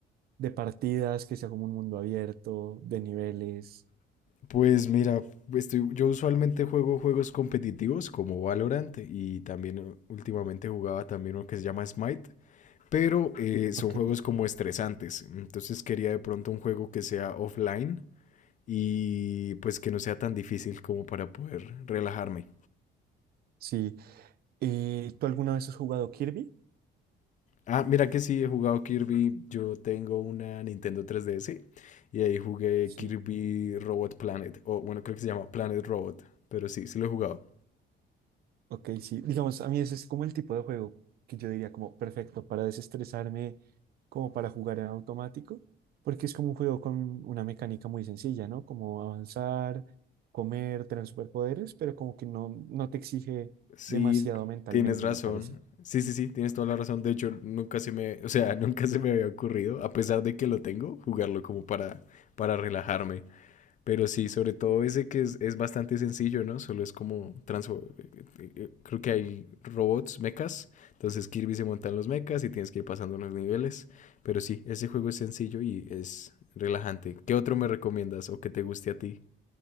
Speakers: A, on the right; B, on the left.
A: de partidas, que sea como un mundo abierto, de niveles?
B: Pues mira, estoy, yo usualmente juego juegos competitivos como Valorant y también eh, últimamente jugaba también uno que se llama Smite, pero eh, son
A: Ok,
B: juegos como estresantes. Entonces quería de pronto un juego que sea offline y pues que no sea tan difícil como para poder relajarme.
A: sí. Eh, ¿tú alguna vez has jugado Kirby?
B: Ah, mira que sí, he jugado Kirby. Yo tengo una Nintendo 3DS y ahí jugué
A: Sí.
B: Kirby Robot Planet. O bueno, creo que se llama Planet Robot. Pero sí, sí lo he jugado.
A: Ok, sí, digamos, a mí ese es como el tipo de juego que yo diría como perfecto para desestresarme, como para jugar en automático, porque es como un juego con una mecánica muy sencilla, ¿no? Como avanzar, comer, tener superpoderes, pero como que no, no te exige
B: Sí,
A: demasiado mentalmente,
B: tienes razón.
A: me parece.
B: Sí, sí, sí, tienes toda la razón. De hecho, nunca se me, o sea, <laughs> nunca se me había ocurrido, a pesar de que lo tengo, jugarlo como para, para relajarme. Pero sí, sobre todo ese que es, es bastante sencillo, ¿no? Solo es como transfo- eh, eh, Creo que hay robots, mechas. Entonces Kirby se montan los mechas y tienes que ir pasando los niveles. Pero sí, ese juego es sencillo y es relajante. ¿Qué otro me recomiendas o que te guste a ti?